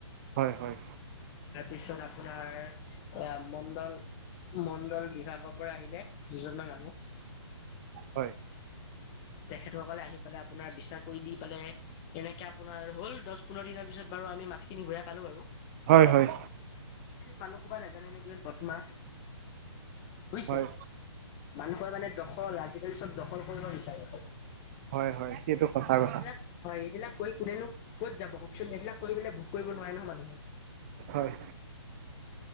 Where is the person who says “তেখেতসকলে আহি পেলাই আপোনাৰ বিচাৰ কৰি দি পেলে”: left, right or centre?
Left